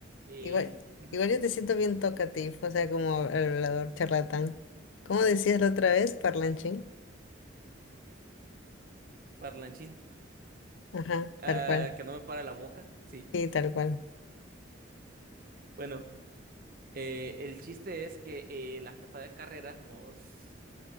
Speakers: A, on the right; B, on the left.
A: eh,
B: igual,
A: ujú,
B: igual yo te siento bien talkative, o sea, como hablador charlatán. ¿Cómo decías la otra vez, parlanchín?
A: parlanchín,
B: Ajá,
A: ah,
B: tal cual.
A: que no me para la boca, sí.
B: Sí, tal cual.
A: Bueno, eh, el chiste es que eh, la jefa de carrera nos,